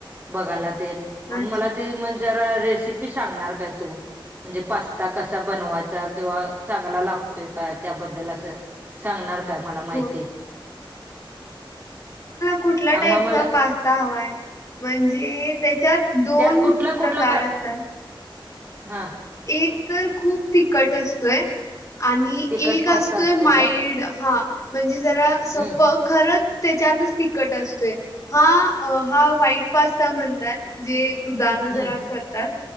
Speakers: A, on the right; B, on the left.
A: बघायला तेन म्हणून
B: अच्छा
A: मला ती मग जरा रेसिपी सांगणार काय तू म्हणजे पास्ता कसा बनवायचा किंवा चांगला लागतोय काय त्याबद्दल असं सांगणार काय मला माहिती
B: हो कुठल्या
A: आम्हा
B: टाईपचा
A: मला
B: पास्ता हवाय म्हणजे त्याच्यात दोन
A: त्यात कुठला
B: प्रकार
A: कुठला
B: असतात
A: हा
B: एक तर खूप तिखट असतोय आणि
A: तिखट
B: एक
A: पास्ता
B: असतोय माईड
A: का
B: हा म्हणजे जरा
A: हम्म
B: सपक खरंच त्याच्यातच तिखट असतोय हा अ हा व्हाईट पास्ता म्हणतात. जे दुधानं जरा
A: हम्म
B: करतात